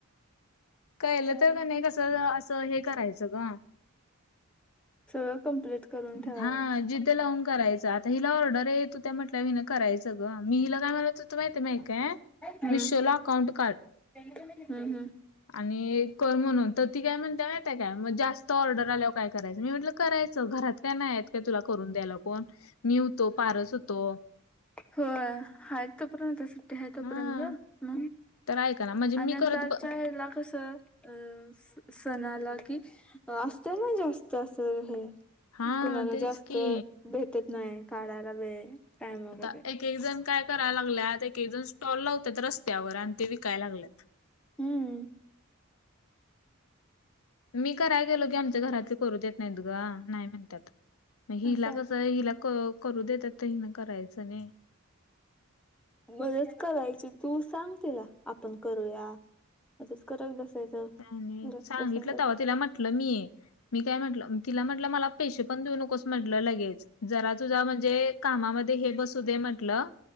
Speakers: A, on the left; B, in the centre.
A: कलं
B: चालेल
A: तर का नाही कस अस हे करायचं ग
B: सगळं कंप्लीट करून ठेवायच
A: हा जिद्द लावून करायच आता. तर हिला ऑर्डर आहे तू त्या म्हटल्या मीन करायचं ग, मी हिला कामाला होत त माहितीय माहि काय.
B: हम्म
A: मिशोला अकाउंट काढ.
B: हम्म हम्म
A: आणि कर म्हणून तर ती काय म्हणते माहितय काय मग जास्त ऑर्डर आल्यावर काय करायचं मी म्हटलं करायचं घरात काय नाही आहेत काय तुला करून द्यायला कोण मी होतो पारस होतो.
B: होय हाय तोपर्यंत उद्या सुट्टी आहे तोपर्यंत
A: हा
B: ग.
A: तर ऐका ना म्हणजे मी
B: आणि आताच्या
A: करत ब
B: हेला कस अ सणाला कि असतना जास्त असं हे.
A: हा
B: कुणाला
A: तेच
B: जास्त
A: की
B: भटेत नाही काढायला वेळ. टाइम वगैरे
A: आता एक एक जण काय करायला लागल्यात एक एक जण स्टॉल लावतात रस्त्यावर आणि ते विकायला लागल्यात.
B: हम्म.
A: मी कराय गेलो की आमच्या घरातले करू देत नाहीत ग नाही म्हणतात. मग हिला
B: असं आहे
A: कसं हिला क-करू देतात तर हिन करायचं नाही.
B: मदत करायची तू सांग तिला आपण करूया. करत बसायचं
A: आणि
B: घरात
A: सांगितलं
B: बसून तर
A: तेव्हा तिला म्हटलं मी मी काय म्हटलं तिला म्हटलं मला पेशसे पण देऊ नकोस म्हटलं लगेच. जरा तुझा म्हणजे कामामध्ये हे बसू दे म्हंटलं.